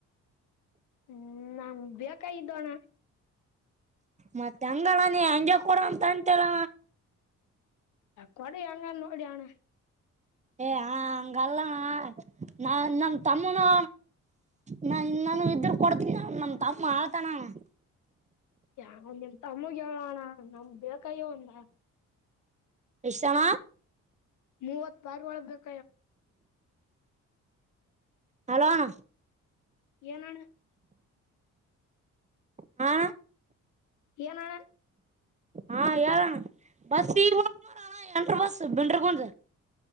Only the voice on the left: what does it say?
ಹ್ಮ್ ನಾ ಬೇಕ ಇದ್ದೋಣ
ಕೊಡಿ ಹಂಗ ನೋಡಿ ಅಣ್ಣ.
ಯ ನಿಮ್ ತಮ್ಮಗೆ ಹೇಳೋಣ ನಮ್ ಬೇಕಯ್ಯೋ ಅಂದ.
ಮೂವತ್ ಪಾರ್ವಾಳ ಬೇಕು.
ಏನ್ ಅಣ
ಏನಣ್ಣ